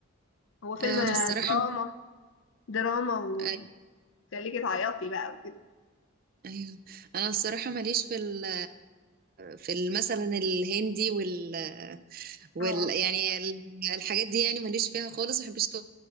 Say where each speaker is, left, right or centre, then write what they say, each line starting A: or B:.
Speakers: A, on the left; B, on the right.
A: هو فيلم
B: انا
A: آه،
B: الصراحه
A: دراما دراما
B: أي-
A: وتخليكي تعيطي بقى وكده
B: ايوه انا الصراحه ماليش في ال في ال- مثلا الهندي وال, وال
A: اه
B: يعني ال- الحاجات دي يعني ماليش فيها خالص ما بحبش